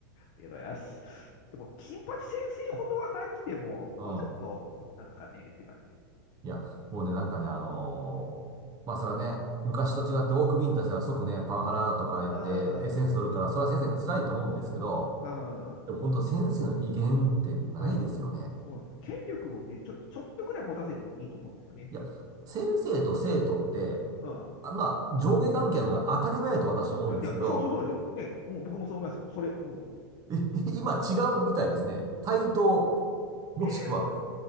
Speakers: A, on the left (about 55°); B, on the right (about 35°).
A: りがとうございます。でも、金八先生ほどはなくても、
B: うん。
A: もうちょっと、なんですかね、って感じ。
B: いや、もうね、なんかね、あのーまあ、それはね、昔と違って多くビンタしたら即ね、
A: うん。
B: パワハラとか言って、
A: あ
B: エッセンス取るから、それは先生辛いと思うんですけど、
A: あ、
B: でも本当先生の威厳ってないですよね。
A: うん、うん、うん。権力をね、ちょ、ちょっとぐらい持たせてもいいと思うんですよね。
B: いや、先生と生徒って、
A: うん。
B: あ、まあ、上下関係の方が当たり前だと私は思うんですけど、
A: いや、そうそうそうですよ。ね、もう僕もそう思います。それ、うん。
B: え今違うみたいですね。対等、
A: だか
B: もしくは、
A: らえー、それ、